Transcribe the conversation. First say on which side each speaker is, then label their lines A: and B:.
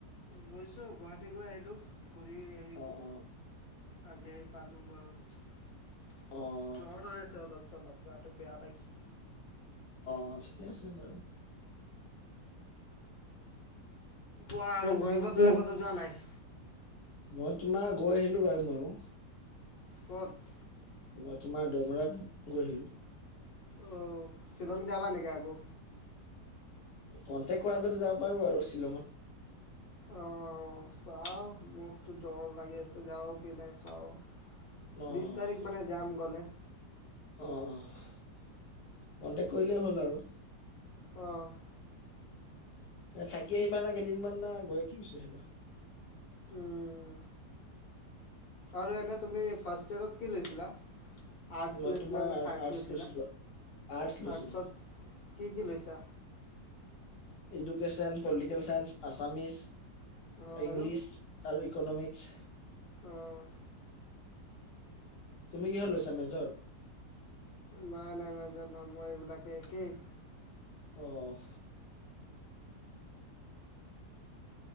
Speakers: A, on the left; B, on the left.
A: গৈছো গুৱাহাটী গৈ আহিলোঁ। ঘূৰি আহিলোঁ
B: অ' অ'।
A: আজি আহি পালোঁ ঘৰত। ‌
B: অঁ।
A: জ্বৰ হৈ আছে অলপ চলপ গাটো বেয়া লাগিছে।
B: অ' ঠিকে আছে বাৰু।
A: কোৱা আৰু ঘূৰিব টোৰিবটো যোৱা নাই।
B: মই তোমাৰ গৈ আহিলো বাৰু ময়ো।
A: ক'ত?
B: মই তোমাৰ দৈমৰাত গৈ আহিলোঁ।
A: অ', শ্ৱিলং যাবা নেকি আকৌ?
B: কন্টেক্ট কৰা যদি যাব পাৰো আৰু শ্বিলঙত।
A: অ' চাও মোৰ তো জ্বৰ লাগি আছে যাও কি নাই চাওঁ।
B: অ',
A: বিশ তাৰিখ
B: অ',
A: মানে যাম গ'লে।
B: অ' অ' কণ্টেক্ট কৰিলেই হ'ল আৰু।
A: অ'
B: এ থাকি আহিবা নে কেইদিনমান না গৈ কি গুছি আহিবা।
A: উম, আৰু এনে তুমি ফাৰ্ষ্ট ইয়েৰত কি লৈছিলা? আৰ্টছ
B: মই
A: লৈছিলা
B: তোমাৰ
A: নে
B: আৰ্টছ
A: ছাইন্স লৈছিলা?
B: লৈছিলো আৰ্টছ
A: আৰ্টছত
B: লৈছিলো।
A: কি কি লৈছা?
B: ইডুকেশ্যন, পলিটিকেল চাইন্স, আছামিছ,
A: অ'
B: ইংলিছ।
A: আৰু
B: আৰু ইকনমিক্স।
A: অ'
B: তুমি কিহত লৈছা মেজৰ।
A: নাই নাই মেজৰ লোৱা মই এইবিলাকে একেই।
B: অ',